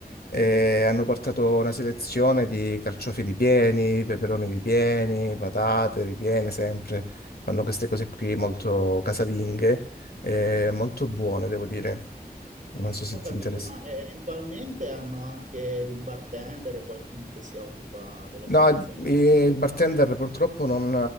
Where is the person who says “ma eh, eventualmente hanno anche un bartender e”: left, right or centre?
Right